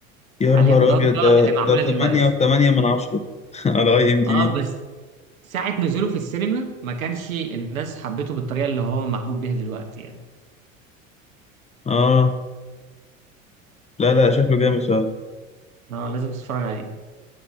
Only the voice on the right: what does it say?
عليه
الضجه
اللي معموله
دلوقتي
اه
بس ساعه نزوله في السينما ما كانش الناس حبته بالطريقه اللي هو محبوب بيها دلوقتي يعني
اه لازم تتفرج عليه